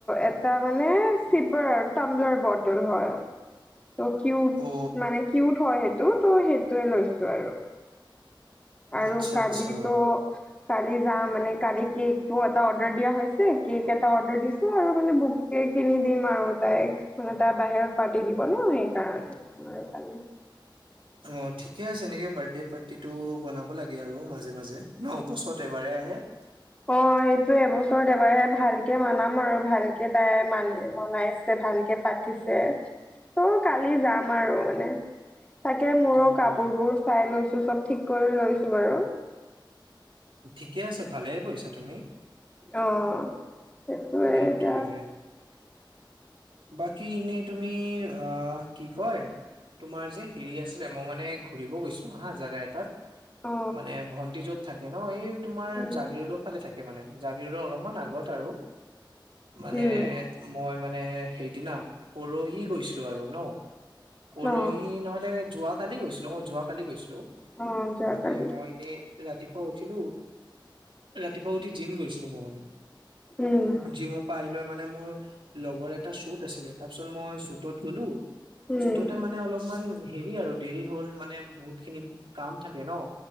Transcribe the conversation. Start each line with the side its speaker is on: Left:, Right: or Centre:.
Left: এটা মানে চিপাৰ টংলাৰ বটল হয়। <inaudible> ত' কিউট
Right: অ
Left: মানে কিউট হয় সেইটো ত' সেইটোৱেই লৈছো আৰু। <inaudible> আৰু
Right: আচ্ছা
Left: কালিটো
Right: আচ্ছা
Left: <inaudible> কালি যাম মানে কালি কেকটো এটা অৰ্ডাৰ দিয়া হৈছে কেক এটা অৰ্ডাৰ দিছো আৰু মানে বহু <inaudible> <inaudible> কিনি দিম আৰু তাইক মানে তাই বাহিৰত পাতি দিব ন সেইকাৰণে আৰু কালি
Right: অঁ! ঠিকে আছে এনেকে বাৰ্থডে পাৰ্টিটো বনাব লাগে আৰু মাজে-মাজে। <inaudible> ন' বছৰত এবাৰে আহে। <inaudible>
Left: অঁ সেইটোৱেই এবছৰত এবাৰেহে ভালকে মানাম আৰু ভালকে তাই মানি মনাইছ <inaudible> <inaudible> ভালকে পাতিছে ত' কালি যাম আৰু মানে। তাকে মোৰো
Right: অ
Left: কাপোৰবোৰ চাই লৈছোঁ, চব ঠিক কৰি লৈছো বাৰু। <inaudible>
Right: ঠিকে আছে ভালে কৰিছা তুমি। <inaudible>
Left: অঁ! সেইটোৱেই
Right: সেইটোয়ে
Left: এতিয়া <inaudible>
Right: বাকী এনেই তুমি আহ কি কয় <inaudible> তোমাৰ যে হেৰি আছিলে মই মানে ঘূৰিব গৈছিলো হা জেগা এটাত।
Left: অ
Right: <inaudible> মানে ভন্টি যত থাকে ন এই তোমাৰ
Left: উম
Right: জাগিৰোডৰ <unintelligible> ভালে থাকে মানে। জাগীৰোডৰ অলপমান আগত আৰু মানে
Left: উম
Right: মই মানে <unintelligible> সেইদিনা পৰহি গৈছিলো আৰু ন। পৰহি
Left: অ
Right: নহলে <inaudible> যোৱ কালি গৈছিলোঁ অ' যোৱাকালি গৈছিলোঁ।
Left: অ যোৱাকালি
Right: মানে মই এনে <unintelligible> ৰাতিপুৱা উঠিলোঁ, ৰাতিপুৱা উঠি জিম গৈছিলোঁ মই মানে। <inaudible>
Left: উম
Right: জিমৰ পৰা আহি লৈ মানে মোৰ লগৰ এট <inaudible> তাৰ শ্বুট আছিলে। তাৰপিছত মই শ্বুটত গলোঁ।
Left: উম
Right: শ্বুটতে মানে অলপমান হেৰি আৰু <inaudible> দেৰি হ'ল মানে বহুতখিনি কাম থাকে ন